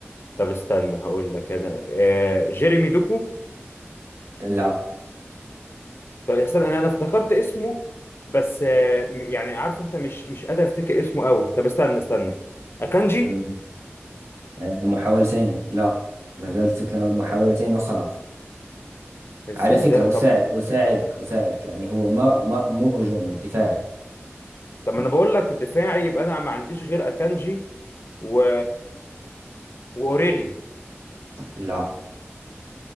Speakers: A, on the left; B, on the right.
A: طب استنى هقول لك انا آه جيريمي دوكو
B: لا
A: طب استنى انا انا افتكرت اسمه بس آه م- يعني عارف انت مش مش قادر افتكر اسمه قوي طب استنى استنى اكانجي
B: مم، آه، محاولتين لا ما زالت لك محاولتين أخرى
A: ازاي
B: على فكرة
A: ده
B: أساعد
A: طب ما
B: أساعدك أساعدك يعني هو ما ما مو هجومي دفاعي
A: طب ما انا بقول لك دفاعي يبقى انا ما عنديش غير اكانجي و واوريلي
B: لا